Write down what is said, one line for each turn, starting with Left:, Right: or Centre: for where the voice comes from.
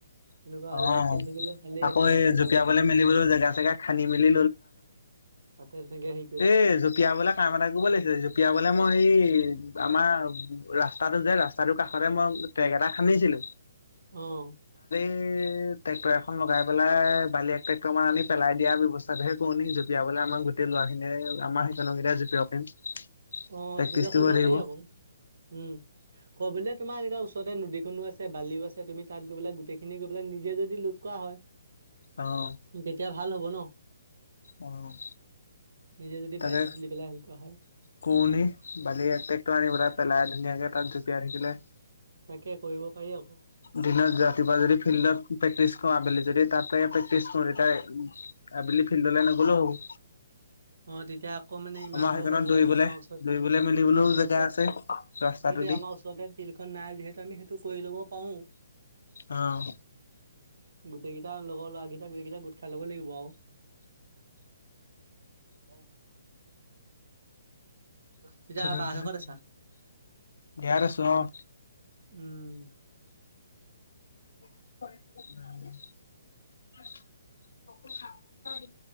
Right: তেনেকুৱা
Left: অ
Right: হ'ব আৰু খেলি থাকিলে ভালেই
Left: আকৌ
Right: শৰীৰ
Left: এই
Right: পাতি
Left: জঁপিয়াবলৈ
Right: ভাল হৈ থাকিব
Left: মেলিবলৈ জেগা চেগা খান্দি মেলি
Right: তাতে তেনেকে সেই
Left: এ জঁপিয়াবলে কাম এটা কৰিব লাগিছে জপিয়া বলে মই হে আমাৰ ৰাস্তাটো যে ৰাস্তাটোৰ কাষতে মই টেগ এটা খান্দিছিলো
Right: অহ।
Left: এ ট্ৰেক্টৰ এখন লগাই পেলাই বালি এক ট্ৰেক্টৰ মান আনি পেলাই দিয়া ব্যৱস্থাটোহে কৰো নেকি জপিয়াবলৈ আমাৰ গোটে লৰাখিনি আমাৰ হেইকনৰ কেইটাই জপিয়াব পাৰিম।
Right: অ',
Left: প্ৰেক্টিচটো
Right: তেনেকুৱা কৰিব
Left: হৈ থাকিব
Right: পাৰি আকৌ উম। তোমাৰ ওচৰতে নদীখনো আছে বালিও আছে তুমি তাত গৈ পেলাই গোটেইখিনি গৈ পেলাই নিজে যদি লোত কৰা হয়।
Left: অ',
Right: তেতিয়া ভাল হ'ব ন?
Left: অ',
Right: নিজে যদি
Left: তাকে
Right: বালিটো তুলি পেলাই আনলোড কৰা হয়।
Left: <unintelligible> বালি এক ট্ৰেক্টৰ আনি পেলাই পেলাই ধুনীয়াকে তাত জঁপিয়াই থাকিলে
Right: তাকে কৰিব পাৰি আকৌ।
Left: দিনত ৰাতিপুৱা যদি ফিল্ডত প্ৰেক্টিচ কৰো আবেলি যদি তাতে প্ৰেক্টিচ কৰো তেতিয়া আবেলি ফিল্ডলে নগলেও হ'ব।
Right: অ', তেতিয়া আকৌ মানে ইমান
Left: আমাৰ সেইকনত
Right: দূৰকৈ যোৱাক
Left: দৌৰিবলে
Right: আমাৰ ওচৰত,
Left: দৌৰিবলে মেলিবলৈও
Right: আমাৰ ওচৰতে,
Left: জেগা আছে ৰাস্তাটো
Right: সেইটো
Left: দি
Right: আমাৰ ওচৰতে নাই যিহেতু আমি সেইটো কৰি ল'ব পাৰো।
Left: অ'।
Right: গোটেইকেইটা লগৰ ল'ৰাৰাকেইটা বেলেগ কেইটা গোট খাই ল'ব লাগিব আৰু। হেল্ল'? তেতিয়া
Left: থু থু
Right: বা হঁতৰ
Left: থু থু
Right: ঘৰত আছা?
Left: ইয়াত আছোঁ, অঁ।
Right: উম
Left: <unintelligible>